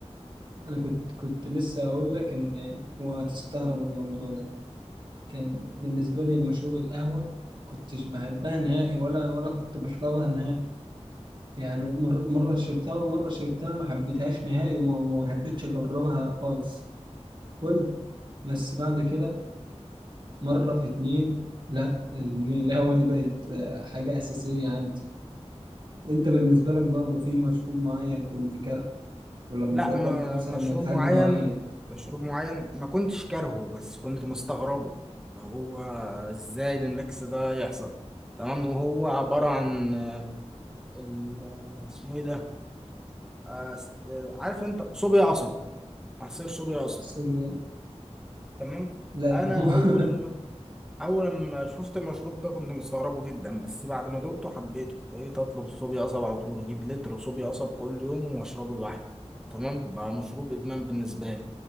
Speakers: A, on the right; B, in the centre.
A: أنا كنت كنت لسه هقول لك إن وهتستغرب الموضوع ده كان بالنسبة لي المشروب القهوة كنتش بحبها نهائي ولا ولا كنت بشربها نهائي يعني مر- مرة شربتها والمرة شربتها ما حبيتهاش نهائي وما ما حبيتش أجربها خالص قل بس بعد كده مرة في اتنين لا ال- القهوة دي بقت آه، حاجة أساسية عندي أنت بالنسبة لك برضه في مشروب معين كنت كاره ولما
B: لا ما
A: جربته مثلا
B: مشروب
A: من حد
B: معين
A: معين
B: مشروب معين ما كنتش كارهه بس كنت مستغربه اللي هو ازاي الميكس ده يحصل تمام وهو عبارة عن آه، ال- اسمه ايه ده آه، س- آه، عارف انت صوبيا قصب عصير صوبيا قصب
A: سوري
B: تمام
A: لا
B: انا
A: ما هو
B: اول ما
A: <laughs>
B: اول ما شفت المشروب ده كنت مستغربه جدا بس بعد ما دقته حبيته بقيت اطلب صوبيا قصب على طول اجيب لتر صوبيا قصب كل يوم واشربه لوحدي تمام بقى مشروب ادمان بالنسبه لي